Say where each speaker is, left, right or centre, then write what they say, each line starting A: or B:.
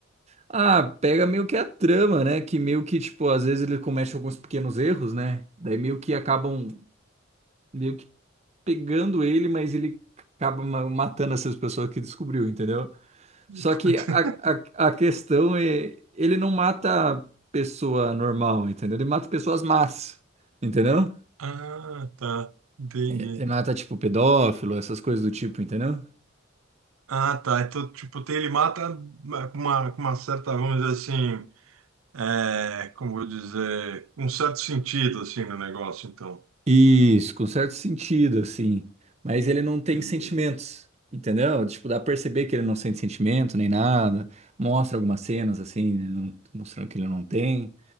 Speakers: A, on the right; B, on the right.
A: Ah, pega meio que a trama, né? Que meio que, tipo, às vezes ele comete alguns pequenos erros, né? Daí meio que acabam meio que pegando ele, mas ele acaba ma- matando essas pessoas que descobriu, entendeu?
B: <laughs>
A: Só que a, a, a questão é, ele não mata pessoa normal, entendeu? Ele mata pessoas más, entendeu?
B: Ah, tá. Entendi.
A: É- Ele mata, tipo, pedófilo, essas coisas do tipo, entendeu?
B: Ah, tá. Então, tipo, tem, ele mata né, com uma, com uma certa, vamos dizer assim, é, como vou dizer, um certo sentido, assim, no negócio, então.
A: Isso, com certo sentido, assim. Mas ele não tem
B: Entendi.
A: sentimentos, entendeu? Tipo, dá pra perceber que ele não sente sentimento nem nada. Mostra algumas cenas, assim, né, não- mostrando que ele não tem,